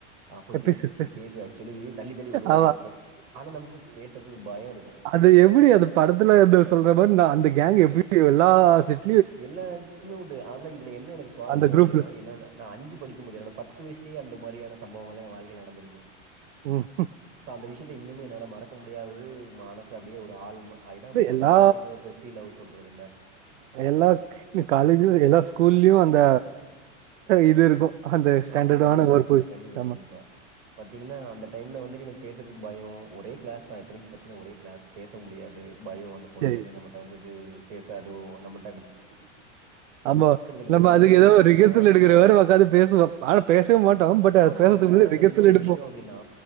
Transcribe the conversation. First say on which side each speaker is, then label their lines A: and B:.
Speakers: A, on the right; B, on the right.
A: "அ போய்
B: எ பேசு
A: போய்
B: பேசு
A: அப்படின்னு சொல்லி தள்ளி தள்ளி விடுவாங்க
B: ஆமா
A: போய். ஆனா நமக்கு பேசுறதுக்கு பயம் இருக்கும்.
B: அது எப்டி அது படத்துல இருந்து சொல்ற மாரி நா அந்த கேங்க் எப்டி எல்லா செட்
A: எல்லாருக்குமே உண்டு அத இதுல என்ன எனக்கு சுவாரஸ்யம்
B: அந்த குரூப்ல
A: அப்டின்னா என்னோட நா அஞ்சு படிக்கும் போது என்னோட பத் பத்து வயசுலியே அந்த மாரியான சவங்கள்ல என் வாழ்க்கையில நடந்திருக்கு
B: ம்
A: சோ அந்த விஷ்யத்த இன்னுமே என்னால மறக் க முடியாதது மனசுல அப்டியே ஒரு ஆளும ஆஹ் இன்னா மொத
B: எல்லா
A: மொத வந்த ஒரு பெப்பி லவ் சொல்றது இல்ல
B: ல்லா காலலியு எல்லா ஸ்கூல்லியு அந்த இது இருக்கு அந்த ஸ்டாண்டர்டான
A: ஆமா கண்டிப்பா
B: ஒரு பொசி
A: கண்டிப்பா
B: ஆமா
A: கண்டிப்பா பாத்தீங்கன்னா அந்த டைம்ல வந்துட்டு எனக் பேசுறக்கு பயம் ஒரே கிளாஸ் தா இத்தனைக்கு பாத்தீங்கன்னா ஒரே கிளாஸ் பேச முடியாது பயம் அந்த பொண்ணு
B: சரி
A: வந்து நம்மட்ட வந்துட்டு பேசாதோ நம்மட்
B: ஆமா
A: கிடையாது.
B: நம்ம
A: பயம்
B: அதுக்கு
A: இருந்துச்சு.
B: ஏதோ ரிஹர்சல்
A: ஏன்னா
B: எடுக்கிற வர ஒக்காந்து பேசுவோ ஆனா பேசவே மாட்டோ பட் அது
A: ஆமா
B: பேசுறதுக்கு
A: பட்
B: முன்னாடி
A: ஆனா இதுல
B: ரிகர்சல்
A: என்ன ஒரு
B: எடுப்போ
A: விஷ்யோ அப்டின்னா